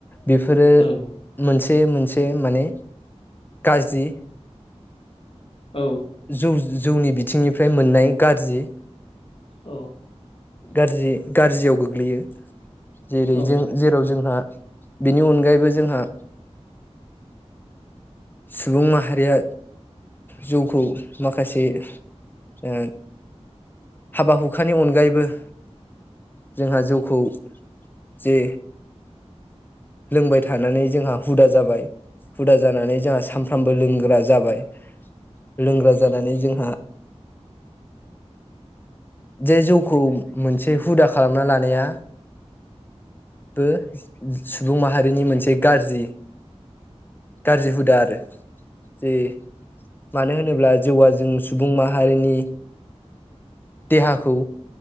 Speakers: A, on the left (about 15°); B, on the left (about 55°).
A: बेफोरो
B: औ
A: मोनसे मोनसे माने गाज्रि
B: औ
A: जौ-जौनि बिथिंनिफ्राय मोननाय गाज्रि
B: औ
A: गार्जि-गार्जियाव गोग्लैयो। जेरै
B: औ
A: जों जेराव जोंहा बेनि अनगायैबो जोंहा सुबुं माहारिया जौखौ माखासे ओ हाबा हुखानि अनगायैबो जोंहा जौखौ जे लोंबाय थानानै जोंहा हुदा जाबाय। हुदा जानानै जाहा सामफ्रामबो लोंग्रा जाबाय। लोंग्रा जानानै जोंहा जे जौखौ मोनसे हुदा खालामना लानाया बो सुबुं माहारिनि मोनसे गाज्रि गारजि हुदा आरो। जे मानो होनोब्ला जौआ जों सुबुं माहारिनि देहाखौ